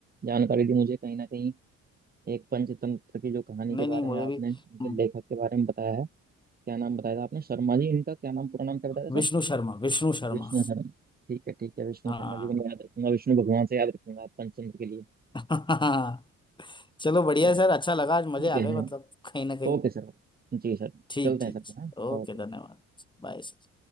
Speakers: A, on the right; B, on the left.
A: जानकारी दी मुझे कहीं ना कहीं एक पंचतंत्र की जो कहानी
B: नहीं
A: के
B: नहीं
A: बारे
B: मुझे
A: में आपने
B: भी
A: उनके
B: हम्म,
A: लेखक के बारे में बताया है क्या नाम बताया था आपने शर्मा जी इनका क्या नाम पूरा नाम क्या बताया था
B: विष्णु
A: सर
B: शर्मा विष्णु शर्मा
A: विष्णु शर्मा ठीक है ठीक है विष्णु
B: हाँ
A: शर्मा जी को मैं याद रखूंगा विष्णु भगवान से याद रखूंगा पंचतंत्र के लिए
B: <laughs> चलो बढ़िया
A: चलिए
B: है सर अच्छा लगा आज मजे
A: ठीक
B: आ
A: है
B: गए
A: हाँ
B: मतलब कहीं ना कहीं
A: Okay sir जी सर
B: ठीक
A: चलते
B: ठीक
A: हैं सर
B: है सर
A: हाँ
B: ओके
A: ओके
B: धन्यवाद Bye sir